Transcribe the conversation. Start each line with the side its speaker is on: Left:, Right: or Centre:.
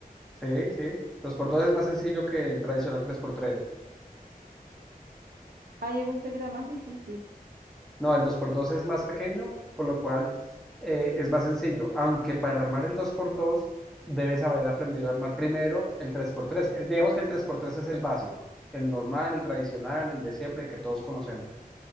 Centre: Sí, sí. Dos por dos es más sencillo que el tradicional tres por tres.
Right: Ah, yo pensé que era más difícil.
Centre: No, el dos por dos es más pequeño, por lo cual eh, es más sencillo. Aunque para armar el dos por dos debes haber aprendido a armar primero el tres por tres. El- Digamos que el tres por tres es el básico, el normal, el tradicional, el de siempre, el que todos conocemos.